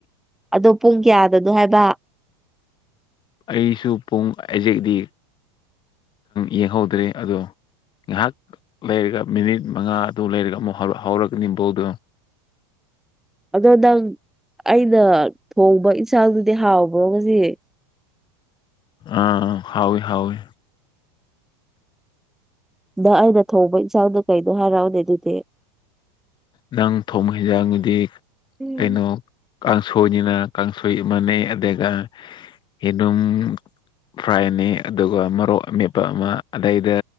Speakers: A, in the centre; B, on the left.
A: ꯑꯗꯣ ꯄꯨꯡ ꯀꯌꯥꯗꯅꯣ ꯍꯥꯏꯕ
B: ꯑꯩꯁꯨ ꯄꯨꯡ ꯑꯖꯦꯛꯗꯤ ꯌꯦꯡꯍꯧꯗ꯭ꯔꯦ ꯑꯗꯣ ꯉꯥꯏꯍꯥꯛ ꯂꯩꯔꯒ ꯃꯤꯅꯤꯠ ꯃꯉꯥ ꯑꯗꯨ ꯂꯩꯔꯒ ꯑꯃꯨꯛ ꯍꯧꯔꯒꯅꯤ ꯕꫭꯜꯗꯣ
A: ꯑꯗꯣ ꯅꯪ ꯑꯩꯅ ꯊꯣꯡꯕ ꯏꯟꯁꯥꯡꯗꯨꯗꯤ ꯍꯥꯎꯕ꯭ꯔꯣ ꯉꯁꯤ
B: ꯑꯥ ꯍꯥꯎꯏ ꯍꯥꯎꯏ
A: ꯅꯪ ꯑꯩꯅ ꯊꯣꯡꯧꯕ ꯏꯟꯆꯥꯎꯗꯣ ꯀꯩꯗꯣ ꯍꯥꯏꯔꯛꯑꯣꯅꯦ ꯑꯗꯨꯗꯤ
B: ꯅꯪ ꯊꯣꯡꯕ ꯍꯦꯟꯖꯥꯡꯒꯤꯗꯤ
A: ꯎꯝ
B: ꯀꯩꯅꯣ ꯀꯥꯡꯁꯣꯏꯅꯤꯅ ꯀꯥꯡꯁꯣꯏ ꯃꯥꯟꯅꯩ ꯑꯗꯨꯒ ꯑ‌ꯦꯂꯨꯝ ꯐ꯭ꯔꯥꯏꯅꯤ ꯑꯗꯨꯒ ꯃꯔꯣꯛ ꯑꯃꯦꯠꯄ ꯑꯃ ꯑꯗꯩꯗ